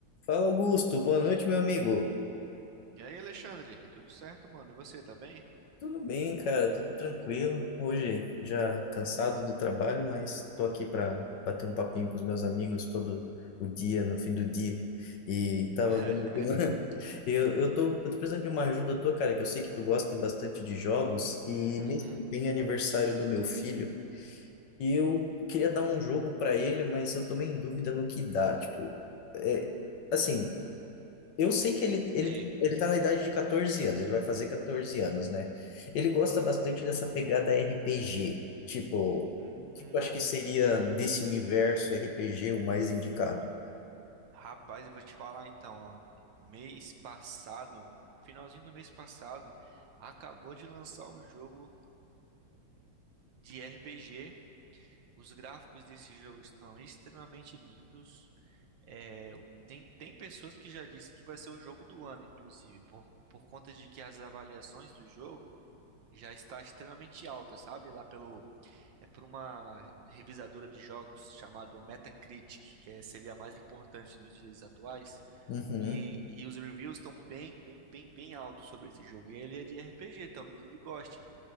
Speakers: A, on the left (about 65°); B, on the right (about 65°).
A: Fala, Augusto. Boa noite, meu amigo.
B: E aí, Alexandre? Tudo certo, mano? E você, tá bem?
A: Tudo bem, cara? Tudo tranquilo. Hoje já cansado do trabalho, mas tô aqui para bater um papinho com os meus amigos todo o dia, no fim do dia. E tava
B: <laughs>
A: vendo que <laughs> eu, eu tô, eu tô precisando de uma ajuda tua, cara, que eu sei que tu gosta bastante de jogos e
B: Uhum.
A: mês que vem é aniversário do meu filho. E eu queria dar um jogo para ele, mas eu tô meio em dúvida no que dá. Tipo, é, assim, Eu sei que ele, ele,
B: T.
A: ele tá na idade de 14 anos, ele vai fazer 14 anos, né? Ele gosta bastante dessa pegada RPG, tipo,
B: Hum,
A: tipo, acho que seria desse universo RPG o mais indicado.
B: rapaz, eu vou te falar então, ó. Mês passado, finalzinho do mês passado, acabou de lançar um jogo de RPG. Os gráficos desse jogo estão extremamente lindos. É, o- tem, tem pessoas que já dizem que vai ser o jogo do ano, inclusive, por, por conta de que as avaliações do jogo já está extremamente alta, sabe? Lá pelo É por uma revisadora de jogos chamado Metacritic, que é- seria a mais importante nos dias atuais.
A: Uhum,
B: E, e os reviews estão bem, bem, bem, bem altos sobre esse jogo. E ele é de RPG, talvez ele goste.